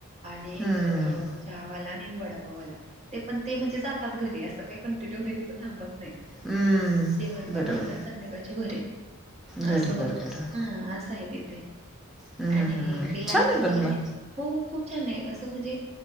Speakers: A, on the right (about 30°); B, in the centre.
A: आणि
B: हम्म
A: एक चहावाला वडापाव वाला ते पण ते म्हणजे जातात घरी असं काही पण कंटिन्यूलि तिथ् थांबत नाहीत.
B: हम्म
A: दिवसभर
B: बरोबर
A: थांबणार संध्याकाळच्या घरी
B: घरी
A: असं
B: बरोबर.
A: हा असं आहे ते
B: हम्म
A: आणि
B: हम्म हम्म
A: ते लाईटच
B: छान आहे पण
A: वगैरे
B: मग.
A: हो खूप छान आहे असं म्हणजे